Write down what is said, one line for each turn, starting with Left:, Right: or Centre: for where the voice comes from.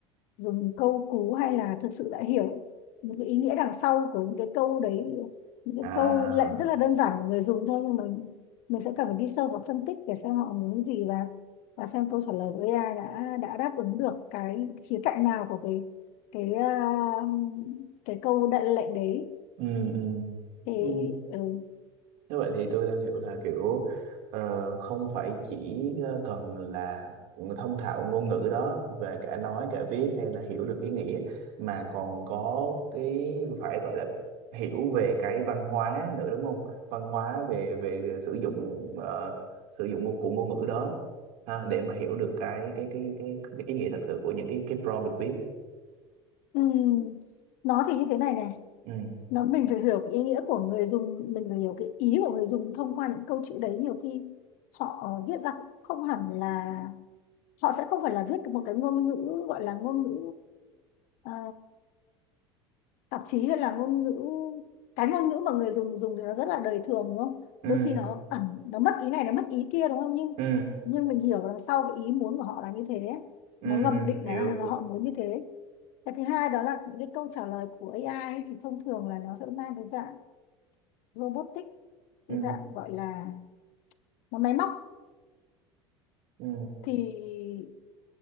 Left: dùng câu cú hay là thực sự đã hiểu những cái ý nghĩa đằng sau của những cái câu đấy những cái
Right: à
Left: câu lệnh rất là đơn giản của người dùng thôi nhưng mà mình sẽ cần phải đi sâu vào phân tích để xem họ muốn cái gì và và xem câu trả lời của AI đã đã đáp ứng được cái khía cạnh nào của cái cái à, cái câu đại lệnh đấy
Right: ừ ừ
Left: thì
Right: ừ
Left: ừ.
Right: như vậy thì tôi đang hiểu là kiểu ờ, không phải chỉ ờ, cần là thông thạo ngôn ngữ đó về cả nói cả viết hay là hiểu được ý nghĩa mà còn có cái phải gọi là hiểu về cái văn hóa nữa đúng không văn hóa về về, sử dụng ờ, sử dụng ngôn- của ngôn ngữ đó ha, để mà hiểu được cái cái cái cái, cái ý nghĩa thật sự của những cái cái prompt được viết
Left: ừm, nó thì như thế này này
Right: ừ
Left: nó mình phải hiểu cái ý nghĩa của người dùng mình phải hiểu cái ý của người dùng thông qua những câu chữ đấy nhiều khi họ ờ, viết ra cũng không hẳn là họ sẽ không phải là viết một cái ngôn ngữ gọi là ngôn ngữ ờ, tạp chí hay là ngôn ngữ cái ngôn ngữ mà người dùng dùng thì nó rất là đời thường đúng không
Right: ừ
Left: đôi khi nó ẩn nó mất ý này nó mất ý kia đúng không nhưng
Right: ừ
Left: nhưng mình hiểu đằng sau cái ý muốn của họ là như thế
Right: ừ
Left: nó ngầm
Right: ừ
Left: định
Right: hiểu
Left: là, là họ muốn như thế Cái thứ hai đó là những cái câu trả lời của AI ấy, thì thông thường là nó sẽ mang cái dạng robotic,
Right: ừ
Left: cái dạng gọi là nó máy móc
Right: ừ
Left: thì